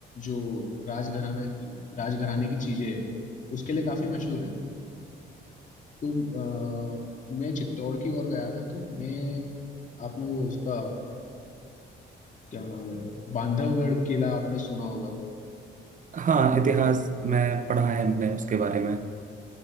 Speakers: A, on the left (about 40°); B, on the right (about 40°).
A: जो राजघराना की राजघराने की चीजें हैं उसके लिए काफी मशहूर है तो अ, मैं चित्तौड़ की ओर गया था तो मैं आपने वो उसका क्या नाम है बांधवगढ़ किला आपने सुना होगा
B: हाँ इतिहास में पढ़ा है मैंने उसके बारे में